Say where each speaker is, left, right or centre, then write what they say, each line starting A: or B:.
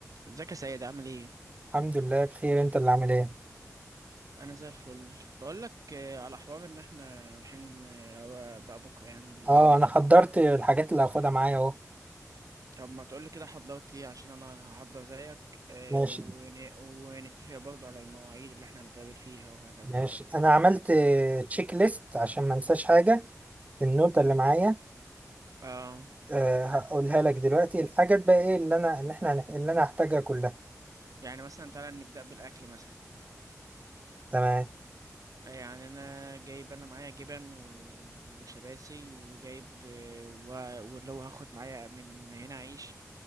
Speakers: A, on the right (about 75°); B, on the right (about 25°).
A: ازيك يا سيد عامل ايه
B: الحمد لله بخير انت اللي عامل ايه
A: انا زي الفل بقول لك على حوار ان احنا رايحين آه، بقى بكره يعني للمصر
B: اه انا حضرت الحاجات اللي هاخدها معايا اهو
A: طب ما تقول لي كده حضرت ايه عشان انا هحضر زيك آه،
B: ماشي
A: ون- ونتفق برضو على المواعيد اللي احنا هنتقابل فيها وهكذا
B: ماشي
A: وكده
B: انا عملت تشيك ليست عشان ما انساش حاجه في النوتة اللي معايا
A: اه
B: أه هقولها لك دلوقتي الحاجات بقى ايه اللي انا اللي احنا هن- اللي انا هحتاجها كلها
A: يعني مثلا تعالى نبدا بالاكل مثلا
B: تمام
A: يعني انا جايب انا معايا جبن و- وشباسي وجايب و... واللي هو هاخد معايا من هنا عيش